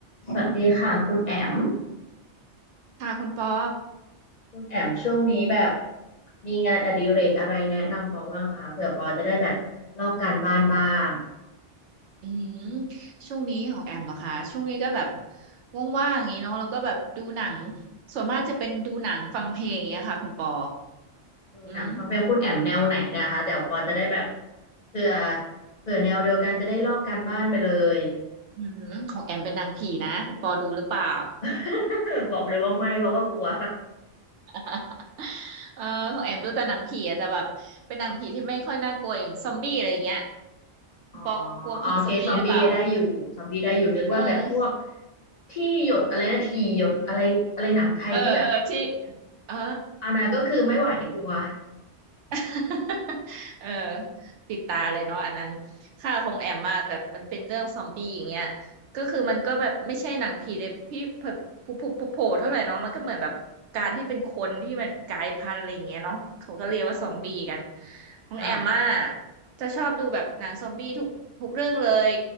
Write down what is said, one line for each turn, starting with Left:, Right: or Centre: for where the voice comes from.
Left: สวัสดีค่ะคุณแอม
Right: ค่ะคุณปอ
Left: คุณแอมช่วงนี้แบบมีงานอดิเรกอะไรแนะนำปอบ้างคะเผื่อปอจะได้แบบลอกการบ้านบ้าง
Right: อืมช่วงนี้ของแอมเหรอคะช่วงนี้ก็แบบว่างๆอย่างนี้เนาะแล้วก็แบบดูหนังส่วนมากจะเป็นดูหนังฟังเพลงอย่างเงี้ยค่ะคุณปอ
Left: ดูหนังฟังเพลงคุณแอมแนวไหนเนะคะเดี๋ยวปอจะได้แบบ
Right: อืม
Left: เผื่อเผื่อแนวเดียวกันจะได้ลอกการบ้านไปเลย
Right: อืมของแอมเป็นหนังผีนะคุณปอดูหรือเปล่า
Left: <laughs> บอกเลยว่าไม่เพราะว่ากลัว
Right: <laughs> เออของแอมดูแต่หนังผีอะแต่แบบเป็นหนังผีที่ไม่ค่อยน่ากลัวอย่างซอมบี้อะไรเงี้ย
Left: <laughs>
Right: คุณปอกลัวผีซอมบี้หรือเปล่า
Left: อ๋อโอเคซอมบี้ได้อยู่ซอมบี้ได้อยู่นึกว่าแบบพวก
Right: เออ
Left: ที่หยดอะไรนะทีหยดอะไรอะไรหนังไทยที่แบบ
Right: เออเออที่เออ
Left: อันนั้นก็คือไม่ไหวกลัว
Right: <laughs> เออปิดตาเลยเนาะอันนั้นค่าของแอมมาแบบมันเป็นเรื่องซอมบี้อย่างเงี้ยก็คือมันก็แบบไม่ใช่หนังผีเลยพี่บผุผุผุโผล่เท่าไหร่เนาะมันก็เหมือนแบบการที่เป็นคนที่มันกลายพันธุ์อะไรอย่างเงี้ยเนาะเขาก็เรียกว่าซอมบี้กันของแอมมา
Left: ค่ะ
Right: จะชอบดูแบบหนังซอมบี้ทุกทุกเรื่องเลย